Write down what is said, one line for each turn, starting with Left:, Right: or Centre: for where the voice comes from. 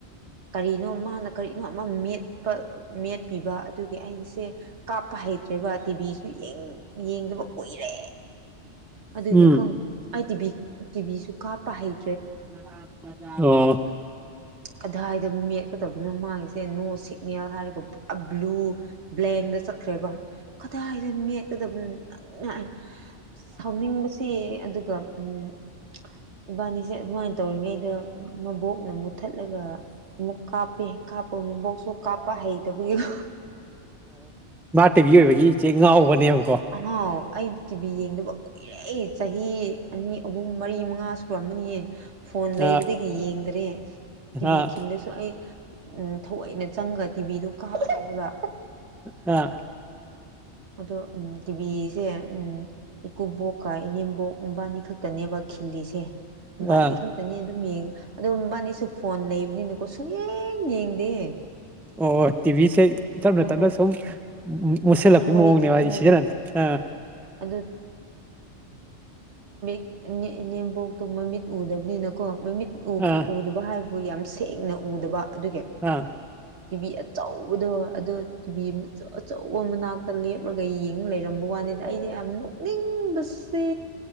Right: ꯀꯔꯤꯅꯣ ꯃꯥꯅ ꯀꯔꯤꯅꯣ ꯑꯃ ꯃꯦꯠꯄ ꯃꯦꯠꯄꯤꯕ ꯑꯗꯨꯒꯤ ꯑꯩꯁꯦ ꯀꯥꯞꯄ ꯍꯩ ꯭ꯇꯔꯦꯕꯥ ꯇꯤꯚꯤꯁꯨ ꯌꯦꯡꯗꯕ ꯀꯨꯏꯔꯦ ꯑꯗꯨꯒꯤꯀꯣ
Centre: ꯎꯝ
Right: ꯑꯩ ꯇꯤꯚꯤ ꯇꯤꯚꯤꯁꯨ ꯀꯥꯞꯄ ꯍꯩ
Centre: ꯑꯣ
Right: ꯀꯗꯥꯏꯗ ꯃꯦꯠꯀꯗꯕꯅꯣ ꯃꯥꯒꯤꯁꯦ ꯅꯣ ꯁꯤꯒꯅꯦꯜ ꯍꯥꯏꯔꯒ ꯑꯕ꯭ꯂꯨ ꯕ꯭ꯂꯦꯡꯗ ꯆꯠꯈ꯭ꯔꯦꯕ ꯀꯗꯥꯏꯗ ꯃꯦꯠꯀꯗꯕꯅꯣ ꯅꯪꯅ ꯁꯥꯎꯅꯤꯡꯕꯁꯦ ꯑꯗꯨꯒ ꯎꯝ ꯏꯕꯥꯅꯤꯁꯦ ꯑꯗꯨꯃꯥꯏꯅ ꯇꯧꯔꯤꯉꯩꯗ ꯃꯕꯣꯛꯅ ꯃꯨꯠꯊꯠꯂꯒ ꯑꯃꯨꯛ ꯀꯥꯞꯄꯦ ꯀꯥꯞꯄ ꯃꯕꯣꯛꯁꯨ ꯀꯥꯞꯄ ꯍꯩꯇꯕꯒꯤ ꯀꯣ
Centre: ꯇꯤꯕꯤ ꯑꯣꯏꯕꯒꯤ ꯏꯆꯦ ꯉꯥꯎꯕꯅꯦꯕ
Right: ꯑꯉꯧ ꯑꯩꯗꯤ ꯇꯤꯚꯤ ꯌꯦꯡꯗꯕ ꯀꯨꯏꯔꯦ ꯆꯍꯤ ꯑꯅꯤ ꯑꯍꯨꯝ ꯃꯔꯤ ꯃꯉꯥ ꯁꯨꯔꯝꯃꯅꯤꯌꯦ ꯐꯣꯟ
Centre: ꯑꯥ
Right: ꯂꯩꯕꯗꯒꯤ ꯌꯦꯡꯗ꯭ꯔꯦ ꯇꯤꯚꯤ
Centre: ꯑꯥ
Right: ꯈꯤꯜꯂꯁꯨ ꯑꯩ ꯎꯝ ꯊꯑꯣꯏꯅ ꯆꯪꯉꯒ ꯇꯤꯚꯤꯗꯣ ꯀꯥꯞꯇꯦ ꯍꯥꯏꯕ
Centre: ꯑꯥ
Right: ꯑꯗꯣ ꯎꯝ ꯇꯤꯚꯤꯁꯦ ꯎꯝ ꯏꯀꯨꯕꯣꯛꯀ ꯏꯅꯦꯝꯕꯣꯛ ꯃꯕꯥꯏꯅꯤ ꯈꯛꯇꯅꯦꯕ ꯈꯤꯜꯂꯤꯁꯦ ꯃꯕꯥꯏꯅꯤ
Centre: ꯑꯥ
Right: ꯈꯛꯇꯅꯤ ꯑꯗꯨꯝ ꯌꯦꯡ ꯑꯗꯨꯝ ꯃꯕꯥꯏꯅꯤꯁꯨ ꯐꯣꯟ ꯂꯩꯕꯅꯤꯅꯀꯣ ꯁꯨꯡꯌꯦꯡ ꯌꯦꯡꯗꯦ
Centre: ꯑꯣꯍꯣꯏ ꯇꯤꯚꯤꯁꯦ ꯇꯞꯅ ꯇꯞꯅ
Right: ꯍꯣꯏ
Centre: ꯁꯨꯝ ꯃꯨꯠꯁꯤꯜꯂꯛꯄꯒꯤ
Right: ꯊꯧꯑꯣꯏꯗ꯭ꯔꯦ
Centre: ꯃꯑꯣꯡꯅꯦꯕ ꯍꯥꯏꯗꯤ
Right: ꯎꯝ
Centre: ꯁꯤꯖꯤꯟꯅꯗ ꯑ
Right: ꯑꯗꯨ ꯏ ꯅꯦꯝꯕꯣꯛꯇꯣ ꯃꯃꯤꯠ ꯎꯗꯕꯅꯤꯅꯀꯣ ꯃꯃꯤꯠ
Centre: ꯑꯥ
Right: ꯎꯗꯕ ꯍꯥꯏꯕꯕꯨ ꯌꯥꯝ ꯁꯦꯡꯅ ꯎꯗꯕ ꯑꯗꯨꯒꯤ
Centre: ꯑꯥ
Right: ꯇꯤꯚꯤ ꯑꯆꯧꯕꯗꯣ ꯑꯗꯣ ꯇꯤꯚꯤꯆꯧ ꯑꯆꯧꯕ ꯃꯅꯥꯛꯇ ꯂꯞ ꯀꯨꯞꯂꯒ ꯌꯦꯡ ꯂꯩꯔꯝꯕ ꯋꯥꯅꯤꯗ ꯑꯩꯗꯤ ꯌꯥꯝ ꯅꯣꯛꯅꯤꯡꯕꯁꯤ ꯁꯤ